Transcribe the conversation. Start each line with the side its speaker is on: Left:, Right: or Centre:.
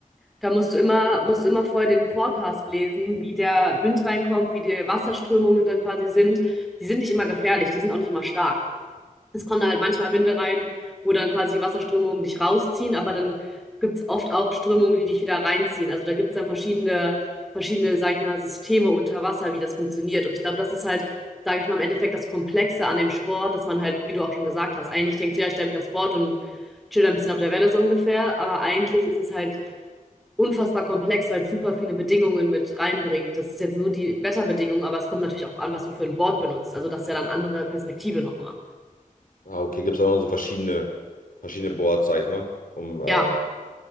Centre: Da musst du immer, musst du immer vorher den Forecast lesen, wie der Wind reinkommt, wie die Wasserströmungen dann quasi sind. Die sind nicht immer gefährlich, die sind auch nicht immer stark. Es kommen da halt manchmal Winde rein, wo dann quasi Wasserströmungen dich rausziehen, aber dann gibt's oft auch Strömungen, die dich wieder reinziehen. Also da gibt's dann verschiedene, verschiedene, sag ich mal, Systeme unter Wasser, wie das funktioniert. Und ich glaube, das ist halt, sage ich mal, im Endeffekt das Komplexe an dem Sport, dass man halt, wie du auch schon gesagt hast, eigentlich denkt, so, ja, ich stelle mich aufs Board und chill ein bisschen auf der Welle so ungefähr. Aber eigentlich ist es halt unfassbar komplex, weil es super viele Bedingungen mit reinbringt. Das ist jetzt nur die Wetterbedingungen, aber es kommt natürlich auch an, was du für ein Board benutzt. Also das ist ja dann andere Perspektive nochmal.
Left: Ah, okay, gibt es auch noch so verschiedene, verschiedene Boards, sag ich mal, um, äh,
Centre: Ja,
Left: ah,